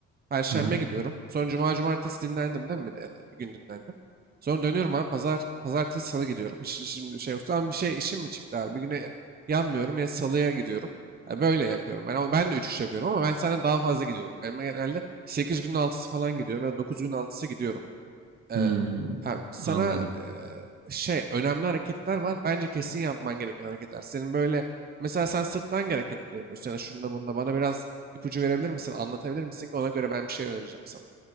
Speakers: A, on the right; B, on the right.
A: Perşembe
B: Hı hı.
A: gidiyorum. Sonra cuma cumartesi dinlendim değil mi? Bir de- Ya da bir gün dinlendim. Sonra dönüyorum abi. Pazar, pazartesi salı gidiyorum. Hiç hiç şimdi bir şey yoktu ama bir şey işim mi çıktı abi? Bir güne yanmıyorum ya salıya gidiyorum. Ya böyle yapıyorum. Ben, ama ben de 3-3 yapıyorum ama ben senden daha fazla gidiyorum. Benim genelde 8 günün altısı falan gidiyorum ya da 9 günün altısı gidiyorum. Ee,
B: Hmm,
A: ha, sana
B: anladım.
A: eee, şey önemli hareketler var. Bence kesin yapman gereken hareketler. Senin böyle mesela sen sırttan hangi hareketleri yapıyorsun ya da şunda bunda bana biraz ipucu verebilir misin? Anlatabilir misin ki ona göre ben bir şey önereceğim sana.